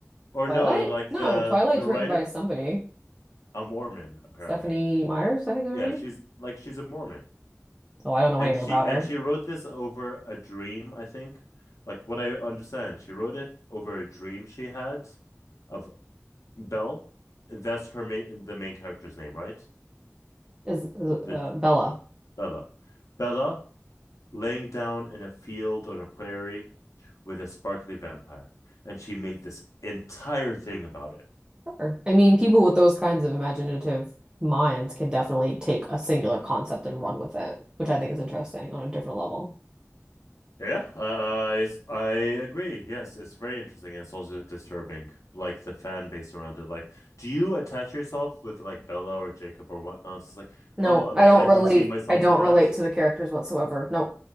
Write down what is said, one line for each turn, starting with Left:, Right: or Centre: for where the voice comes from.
Left: Or
Right: Twilight?
Left: no, like
Right: No,
Left: the
Right: Twilight's
Left: the
Right: written
Left: writer,
Right: by somebody.
Left: a Mormon, apparently.
Right: Stephanie Myers, I think is
Left: Yeah,
Right: her name.
Left: she's like she's a Mormon.
Right: Oh, I don't know
Left: And
Right: anything
Left: she
Right: about
Left: and
Right: her.
Left: she wrote this over a dream, I think. Like what I understand, she wrote it over a dream she had of Belle. That's her main the main character's name, right?
Right: Is, is
Left: The
Right: uh, Bella.
Left: Bella. Bella laying down in a field on a prairie with a sparkly vampire, and she made this entire thing about it.
Right: Sure. I mean, people with those kinds of imaginative minds can definitely take a singular concept and run with it, which I think is interesting on a different level.
Left: Yeah, uh, it's, I agree. Yes, it's very interesting and it's also disturbing, like the fan base around it. Like, do you attach yourself with like Bella or Jacob or whatnot? It's like,
Right: No,
Left: oh,
Right: I
Left: like
Right: don't
Left: I
Right: relate.
Left: can see myself
Right: I don't
Left: in that.
Right: relate to the characters whatsoever. Nope.